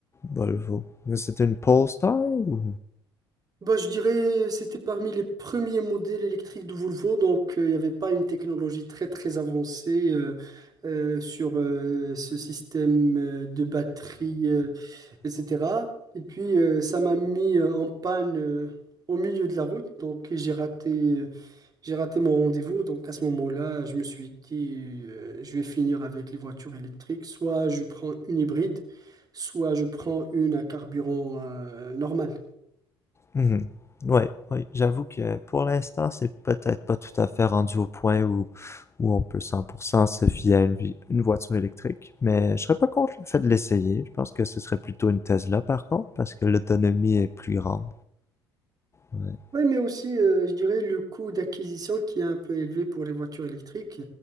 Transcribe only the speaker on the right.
Bah, je dirais, c'était parmi les premiers modèles électriques de Volvo, donc euh, il n'y avait pas une technologie très très avancée euh, euh, sur euh, ce système euh, de batterie, euh, etc. Et puis, euh, ça m'a mis euh, en panne euh, au milieu de la route, donc j'ai raté euh, J'ai raté mon rendez-vous, donc à ce moment-là, je me suis dit, euh, je vais finir avec les voitures électriques. Soit je prends une hybride, soit je prends une à carburant euh, normal.
Oui, mais aussi, euh, je dirais, le coût d'acquisition qui est un peu élevé pour les voitures électriques.